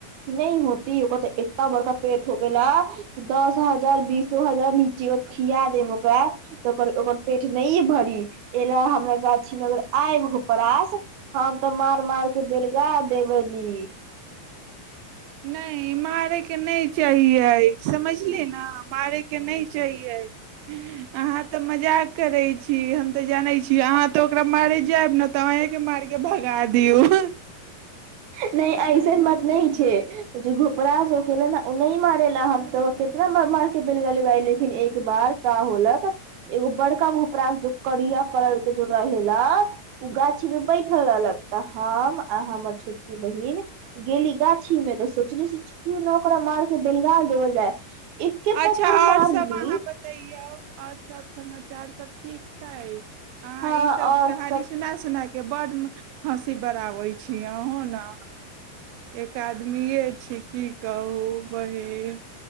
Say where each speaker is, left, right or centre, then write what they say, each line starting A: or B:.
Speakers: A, on the right; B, on the right.
A: नहि होती इतना बड़का पेट ठोकला दस हजार बीसो हजार लीची खिया देम ओकरा तऽ ओ ओकर पेट नहि भरी एहि ल हमरा गाछी मे अगर आयगो पास हम तऽ मार मार के बेलगा देबेली
B: नहि मारयके नहि चाहियै समझलिय ने <unintelligible> तऽ मजाक करे छी हम ते जाने छी आहां तो ओकरा मारे जायब ने ते अहें के मार के भगा दे दऔ
A: नहि ऐसन मत नहि छै जे घोपरास गेले ने ओ नहि मारेला हम तो कितना ब मार के बेल गेलीाय लेकिन एक बार का होलक एगो बड़का घोपरास जो करिया कलर के जो रहेला ओ गाछी मे बैठल रहलक तऽ हम आ हमर छो बहिन गेली गाछी में तऽ सोचली क्यू न ओकरा मार के बेलगाल देबल जाय एके
B: अच्छा
A: पत्थर
B: आओर
A: मारली
B: सब अहाँ बतैयए आओर सब समाचार सब ठीक छै अह
A: हँ
B: ईसभ
A: और
B: कह कहानी
A: सब
B: सुना सुना क के बड्ड हँसी बड़बै छी अहूँ ने एक आदमिए छी की कहू बहीन